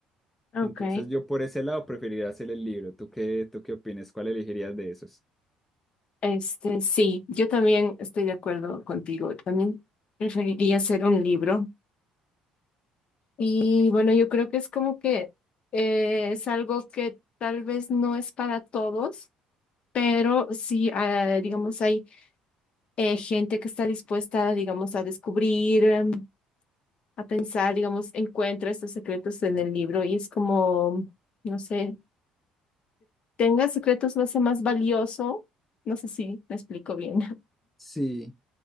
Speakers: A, on the left; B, in the centre.
A: Ok.
B: Entonces yo por ese lado preferiría hacer el libro. ¿Tú qué, tú qué opinas? ¿Cuál elegirías de esos?
A: Este, sí, yo también estoy de acuerdo contigo. También preferiría hacer un libro. Y bueno, yo creo que es como que eh, es algo que tal vez no es para todos, pero sí, ah, digamos, hay eh, gente que está dispuesta, digamos, a descubrir. em, a pensar, digamos, encuentra estos secretos en el libro y es como, no sé, tenga secretos lo hace más valioso. No sé si me explico bien.
B: Sí,